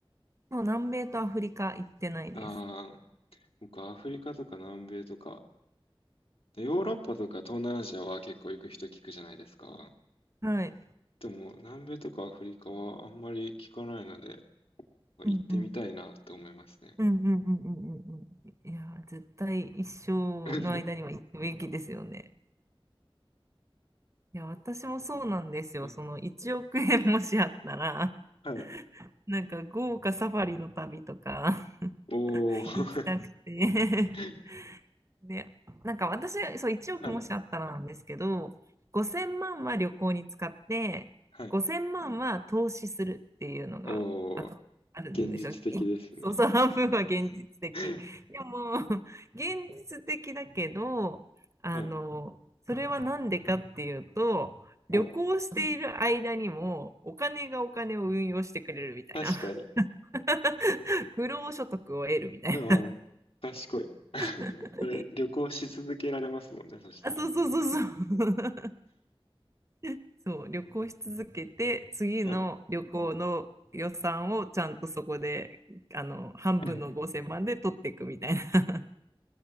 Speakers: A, on the right; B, on the left.
A: もう南米とアフリカ行ってないです。
B: ああー、僕アフリカとか南米とか、ヨーロッパとか東南アジアは結構行く人聞くじゃないですか。
A: はい。
B: でも南米とかアフリカはあんまり聞かないので、行ってみたいなって思いますね。
A: うんうん。うんうんうんうんうんうん。いやー、絶対一生の間には行くべきですよね。
B: <laughs>
A: いや、私もそうなんですよ。
B: はい
A: その1億円もしあったら、
B: はい。
A: なんか豪華サファリの旅とか
B: おー。
A: <laughs> 行きたくて
B: <laughs>
A: <laughs> で、なんか私、そう、1億もしあったらなんですけど、
B: はい。
A: 5000万は旅行に使って、
B: はい。
A: 5000万は投資するっていうのがあ、
B: おー。
A: あるんですよ。
B: 現実的ですね。
A: いそうそう、半分は現実的。
B: <laughs>
A: でも、現実的だけど、あの、
B: はい。
A: それは何でかっていうと、旅行している間にもお金がお金を運用してくれるみたいな。
B: はい。確かに。
A: <laughs> 不労所得を得るみたい
B: ああ、賢い。<laughs>
A: な。
B: これ、
A: <laughs>
B: 旅行し続けられますもんね、そしたら。
A: あ、そうそうそうそう。<laughs> そう、旅行し続けて、次の旅行の予算をちゃんとそこで、
B: はい。
A: あの、半分の5000万で取っていくみたいな、
B: <laughs>
A: <laughs>